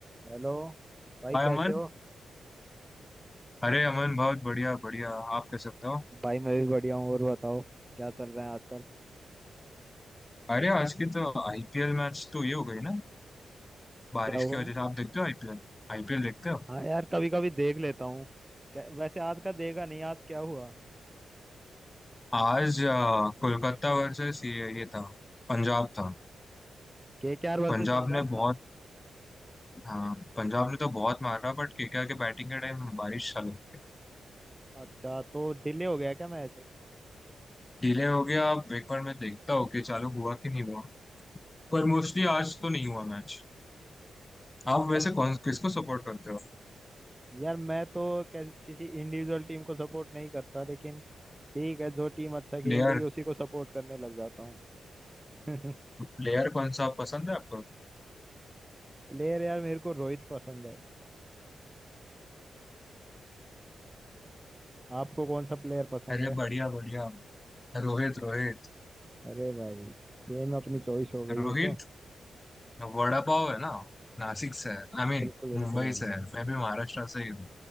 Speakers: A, on the right; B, on the left.
A: हेलो भाई
B: हाय
A: कैसे
B: अमन
A: हो
B: अरे अमन बहुत बढ़िया बढ़िया आप कैसे बताओ
A: भाई मैं भी बढ़िया हूँ और बताओ क्या चल रहा है आजकल
B: अरे आज की तो आईपीएल मैच तो ये हो गई ना बारिश
A: क्या हुआ
B: की वजह से आप देखते हो आईपीएल आईपीएल देखते हो
A: हाँ यार कभी कभी देख लेता हूँ क्या- वैसे आज का देगा नहीं आज क्या हुआ
B: आज अ, कोलकाता वर्सेस ये ये था पंजाब था
A: के के आर वर्सेस
B: पंजाब
A: पंजाब
B: ने बहुत
A: था
B: हाँ पंजाब ने तो बहुत मारा बट केकेआर के बैटिंग के टाइम बारिश चालू हो गई
A: अच्छा तो डिले हो गया क्या मैच
B: डिले हो गया अब एक बार मैं देखता हूँ कि चालू हुआ कि नहीं हुआ पर मोस्टली आज तो नहीं हुआ मैच आप वैसे
A: अ-
B: कौन किसको सपोर्ट करते हो
A: यार मैं तो कै- किसी इंडिविजुअल टीम को सपोर्ट नहीं करता लेकिन ठीक है जो टीम अच्छा खेल
B: प्लेयर
A: रही है उसी को सपोर्ट करने लग जाता हूँ <laughs>
B: प्लेयर कौन सा पसंद है आपको
A: प्लेयर यार मेरे को रोहित पसंद है आपको कौन सा प्लेयर पसंद
B: अरे
A: है
B: बढ़िया बढ़िया रोहित रोहित
A: अरे भाई सेम अपनी चॉइस हो गई
B: रोहित
A: है तो
B: वड़ा पाव है ना नासिक से है आई मीन
A: बिल्कुल बिल्कुल
B: मुंबई
A: भाई
B: से है मैं भी महाराष्ट्र से ही हूँ